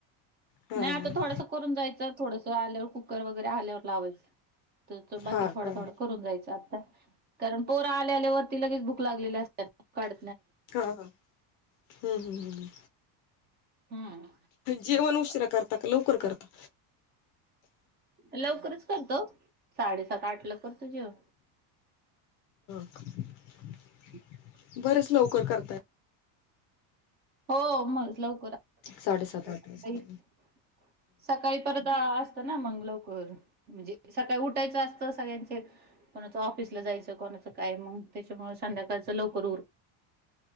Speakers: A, on the left; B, on the right.
A: हा
B: नाई आता थोडस करून जायचं थोडस आल्यावर कुकर वगैरे आल्यावर लावायच. ते त बाकी
A: हा
B: थोडा
A: काय
B: थोडा करून जायचं आता कारण पोरं आल्या आल्या वरती लगेच भूक लागलेल्या असतात काड
A: हा हा, हम्म हम्म् हू
B: हम्म.
A: जेवण उशीरा करता का लवकर करता?
B: लवकरच करतो साडेसात आठ ला करतो जेवण.
A: <unintelligible>
B: <unintelligible>
A: बरेच लवकर करताय.
B: हो मग लवकर
A: साडेसात
B: <unintelligible>
A: आठ वाजता.
B: सकाळी परत आसत ना मं लवकर. म्हजे सकाळी उठायचं असतं सगळ्यांचे कोणाचं ऑफिसला जायचं कोणाचं काय मग त्याच्यामुळे संध्याकाळच लवकर उर.